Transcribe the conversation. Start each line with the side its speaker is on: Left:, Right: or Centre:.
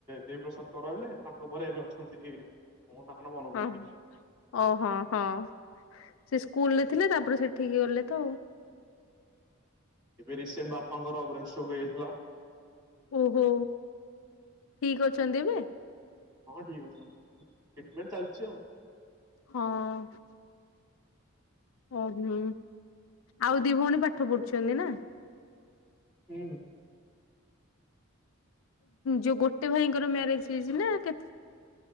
Right: ଦେବୀ ପ୍ରସାଦ କରହଲେ ତାଙ୍କ ପରେ ଏବେ ଅଛନ୍ତି କଣ ତାଙ୍କ ନାଁ
Left: <inaudible>
Right: ମନେ ପଡୁନି
Left: ଓହୋ ହଁ ସେ ସ୍କୁଲରେ ଥିଲେ ତାପରେ ସେଠିକି ଗଲେ ତ ଆଉ।
Right: ଏବେ ରିସେଣ୍ଟ ବାପାଙ୍କର ବ୍ରେନ ଷ୍ଟ୍ରୋକ ହେଇଥିଲା।
Left: ଓହୋ! ଠିକ ଅଛନ୍ତି ଏବେ?
Right: ହଁ ଠିକ୍ ଅଛନ୍ତି ଟ୍ରିଟମେଣ୍ଟ ଚାଲିଛି ଆଉ।
Left: ହଁ। ଓହୋ ଆଉ ଦି ଭଉଣୀ ପାଠ ପଢୁଛନ୍ତି ନା?
Right: ହୁଁ।
Left: ଯୋଉ ଗୋଟେ ଭାଇଙ୍କର ମ୍ୟାରେଜ ହେଇଛି ନା କେତେ?